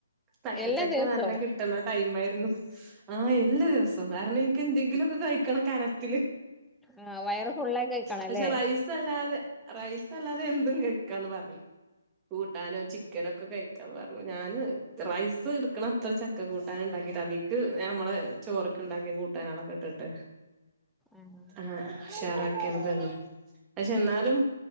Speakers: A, on the right; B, in the centre.
A: പച്ച
B: എല്ലാ
A: ചക്ക
B: ദിവസവും
A: നല്ല കി കിട്ടുന്ന ടൈം ആയിരുന്നു ആഹ് എല്ലാ ദിവസം കാരണം ഇൻക്ക് എന്തെങ്കിലൊക്കെ കഴിക്കണം കനത്തില്.
B: ആഹ് വയറ് ഫുള്ളായി കഴിക്കണംല്ലേ.
A: പക്ഷെ റൈസ് അല്ലാതെ റൈസ് അല്ലാതെ എന്തും കഴിക്കാന്ന് പർഞ്ഞു. കൂട്ടാനോ ചിക്കന ഒക്കെ കഴിക്കാം പർഞ്ഞു ഞാന് റൈസ് എടുക്ക്ണ അത്ര ചക്ക കൂട്ടാന് ഉണ്ടാക്കീട്ട് അതിക്ക് ഞമ്മള് ചോറ്ക്ക് ണ്ടാക്കി കൂട്ടാനാളൊക്കെ ഇട്ടിട്ട്
B: ഏഹ്
A: ആഹ് ഷാറാക്കിയാണ് തന്നെ. പഷെന്നാലും